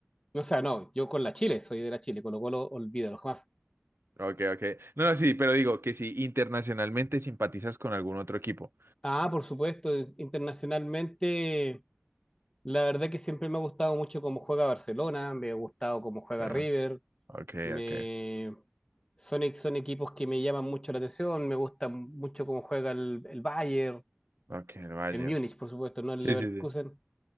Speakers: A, on the left; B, on the right.
A: O sea, no, yo con la Chile, soy de la Chile, con lo cual olvídalo jamás.
B: Ok, ok. No, no, sí, pero digo que si internacionalmente simpatizas con algún otro equipo.
A: Ah, por supuesto, internacionalmente La verdad que siempre me ha gustado mucho cómo juega Barcelona, me ha gustado cómo juega
B: Ah,
A: River,
B: Ok,
A: me...
B: ok.
A: son, e- son equipos que me llaman mucho la atención, me gusta mucho cómo juega el, el Bayern,
B: Ok, el Bayern.
A: el Múnich, por supuesto, no el
B: Sí,
A: Leverkusen,
B: sí, sí.